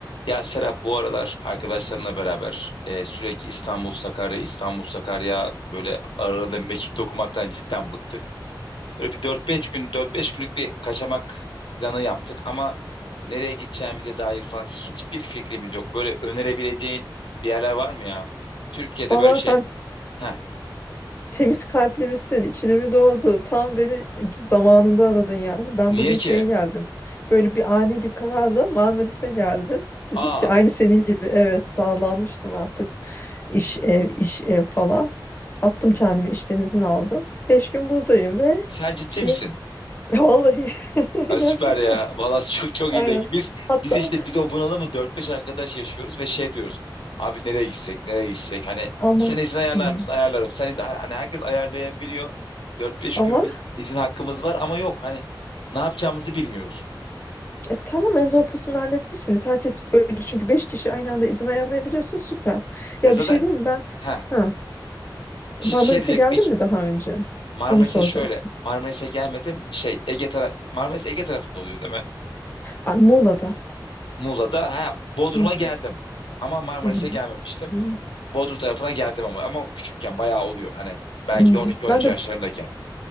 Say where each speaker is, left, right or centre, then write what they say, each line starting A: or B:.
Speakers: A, on the left; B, on the left.
A: Ya Serap bu aralar arkadaşlarımla beraber e, sürekli İstanbul Sakarya İstanbul Sakarya böyle arada mekik dokumaktan cidden bıktık. Böyle bir dört beş gün dört beş günlük bir kaçamak planı yaptık ama nereye gideceğimize dair falan hiçbir fikrimiz yok. Böyle önerebileceğin bir yerler var mı ya? Türkiye'de
B: Vallahi
A: böyle şey.
B: sen
A: Heh,
B: temiz kalpli misin? İçine mi doğdu? Tam beni zamanında aradın yani. Ben
A: niye
B: bugün
A: ki?
B: şeye geldim. Böyle bir ani bir kararla Marmaris'e geldim. Dedim
A: Aa
B: ki aynı senin gibi evet dağlanmıştım artık. İş ev, iş ev falan. Attım kendimi işten izin aldım. Beş gün buradayım ve
A: sen ciddi
B: şey
A: misin?
B: <laughs> vallahi
A: Ya
B: <laughs> gerçekten
A: süper ya. Valla <laughs> çok çok
B: aynen.
A: iyi de biz
B: Hatta
A: biz işte biz o bunalımı dört beş arkadaş yaşıyoruz ve şey diyoruz. Abi nereye gitsek nereye gitsek hani
B: ama
A: sen izin ayarlar
B: hmm,
A: mısın? Ayarlarım. Sen izin, hani herkes ayarlayabiliyor. Dört beş
B: ama
A: gün bir izin hakkımız var ama yok hani ne yapacağımızı bilmiyoruz.
B: E, tamam en zor kısmını halletmişsiniz. Herkes böyle çünkü 5 kişi aynı anda izin ayarlayabiliyorsun süper.
A: Ya
B: Ya
A: zaten
B: bir şey diyeyim mi ben?
A: ha
B: Ha,
A: şey
B: Marmaris'e
A: diyecektim
B: geldin
A: ilk
B: mi daha önce?
A: Marmaris'e
B: Onu soracaktım.
A: şöyle Marmaris'e gelmedim şey Ege tara Marmaris Ege tarafında oluyor değil mi?
B: Ay, Muğla'da.
A: Muğla'da ha Bodrum'a
B: Hı
A: geldim
B: hı,
A: ama Marmaris'e
B: hı hı,
A: gelmemiştim.
B: hı
A: Bodrum tarafına geldim ama ama küçükken bayağı oluyor. Hani belki
B: hı.
A: de 12-13
B: Ben de
A: yaşlarındayken.